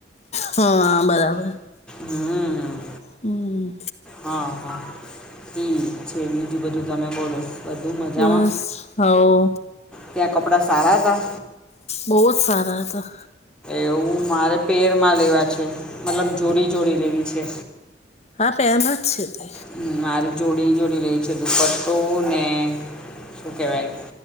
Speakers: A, on the left; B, in the centre.
A: હહ આ બરાબર.
B: હમ
A: હમ્મ
B: હહ હહ ઠીક છે. બીજું બધું તમે બોલો? બધું મજામાં?
A: બસ હવ
B: ત્યાં કપડાં સારા હતા?
A: બહુ જ સારા હતા.
B: એવું મારે પેરમાં લેવા છે. મતલબ જોડી જોડી લેવી છે.
A: હા પેરમાં જ છે તે.
B: હમ મારી જોડીને જોડી લેવી છે દુપટ્ટોને શું કેવાય